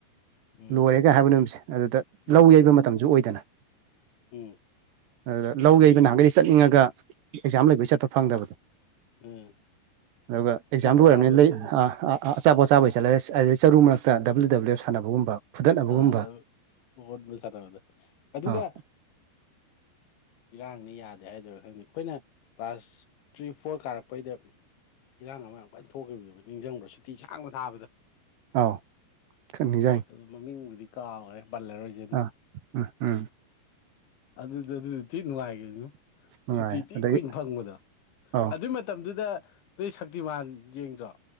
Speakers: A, on the left; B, on the right.
A: ꯎꯝ
B: ꯂꯣꯏꯔꯦꯒ ꯍꯥꯏꯕ ꯅꯨꯃꯤꯠꯁꯦ ꯑꯗꯨꯗ
A: ꯎꯝ
B: ꯂꯧ ꯌꯩꯕ ꯃꯇꯝꯁꯨ ꯑꯣꯏꯗꯅ꯫
A: ꯎꯝ꯫
B: ꯑꯗꯨꯗ ꯂꯧ ꯌꯩꯕ ꯅꯍꯥꯟꯒꯩꯗꯤ ꯆꯠꯅꯤꯡꯉꯒ ꯑꯦꯛꯖꯥꯝ ꯂꯩꯕꯩ ꯆꯠꯄ ꯐꯪꯗꯕꯗꯣ꯫
A: ꯎꯝ꯫
B: ꯑꯗꯨꯒ ꯑꯦꯛꯖꯥꯝꯄ
A: ꯑꯆꯥꯄꯣꯠ
B: ꯑꯣꯏꯔꯕꯅꯤꯅ
A: ꯆꯥꯕꯩ
B: ꯂꯩ
A: ꯑꯗꯨꯁꯨ
B: ꯑꯥ ꯑꯥ ꯑꯆꯥꯄꯣꯠꯆꯥꯕꯩ ꯆꯠꯂꯦ ꯑꯗꯩ ꯆꯔꯨ ꯃꯔꯛꯇ ꯗꯕ꯭ꯂꯤꯌꯨ ꯗꯕ꯭ꯂꯤꯌꯨ ꯁꯥꯟꯅꯕꯒꯨꯝꯕ꯫ ꯐꯨꯗꯠꯅꯕꯒꯨꯝꯕ
A: <unintelligible> ꯑꯗꯨꯒ
B: ꯑꯥꯎ
A: ꯏꯔꯥꯡꯅꯤ ꯌꯥꯗꯦ ꯍꯥꯏꯗꯣꯏꯔ ꯈꯪꯗꯦ ꯑꯩꯈꯣꯏꯅ ꯀ꯭ꯂꯥꯁ ꯊ꯭ꯔꯤ ꯐꯣꯔ ꯀꯥꯔꯛꯄꯩꯗ ꯏꯔꯥꯡ ꯑꯃ ꯌꯥꯝ ꯀꯥꯏꯅ ꯊꯣꯛꯈꯤꯕꯗꯨꯕ ꯅꯤꯡꯁꯤꯡꯕ꯭ꯔꯥ ꯁꯨꯇꯤ ꯁꯥꯡꯕ ꯊꯥꯕꯗꯨ꯫
B: ꯑꯥꯎ ꯈꯔ ꯅꯤꯡꯖꯪꯉꯦ꯫
A: ꯑꯗꯨ ꯃꯃꯤꯡꯕꯨꯗꯤ ꯀꯥꯈ꯭ꯔꯦ ꯄꯜꯂꯔꯣꯏꯁꯤ
B: ꯑꯥ ꯎꯝ ꯎꯝ꯫
A: ꯑꯗꯨꯗꯨ ꯑꯗꯨꯁꯨ ꯊꯤꯟ ꯅꯨꯡꯉꯥꯏꯒꯤꯕꯅꯤꯉꯣ꯫
B: ꯅꯨꯡꯉꯥꯏ
A: ꯁꯨꯇꯤ ꯊꯤꯟ
B: ꯑꯗꯒꯤ
A: ꯀꯨꯏꯅ ꯐꯪꯕꯗꯣ
B: ꯑꯥꯎ
A: ꯑꯗꯨꯏ ꯃꯇꯝꯗꯨꯗ ꯅꯣꯏ ꯁꯛꯇꯤꯃꯥꯟ ꯌꯦꯡꯗ꯭ꯔꯣ꯫